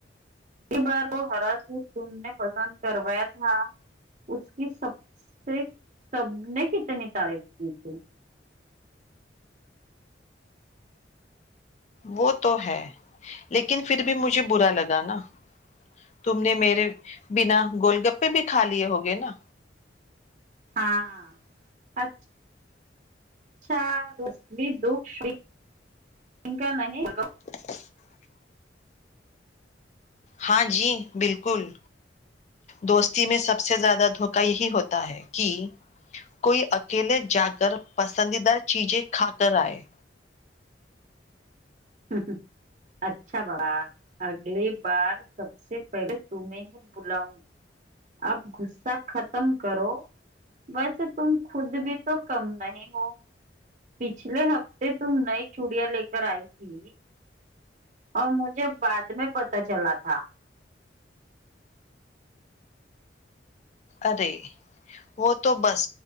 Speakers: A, on the right (about 40°); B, on the left (about 40°).
A: بار وہ ہرا س تم نے پسند کروایا تھا اس کی سب سے سب نے کتنی تعریف کی تھی
B: وہ تو ہے لیکن پھر بھی مجھے برا لگا نا تم نے میرے بنا گول گپے بھی کھا لیے ہوگے نا
A: ہاں اچھ ار دکا نہیں
B: <inaudible> ہاں جی بالکل دوستی میں سب سے زیادہ دھوکا یہی ہوتا ہے کہ کوئی اکیلے جا کر پسندیدہ چیزیں کھا کر آئے
A: ہ ہ اچھا اچھا بڑا اگلی بار سب سے پہلے تمہیں ہی بلاؤں اب غصہ ختم کرو ویسے تم خود بھی تو کم نہیں ہو پچھلے ہفتے تم نئی چوڑیاں لے کر آئی تھی اور مجھے بعد میں پت چلا تھا
B: ارے وہ تو بس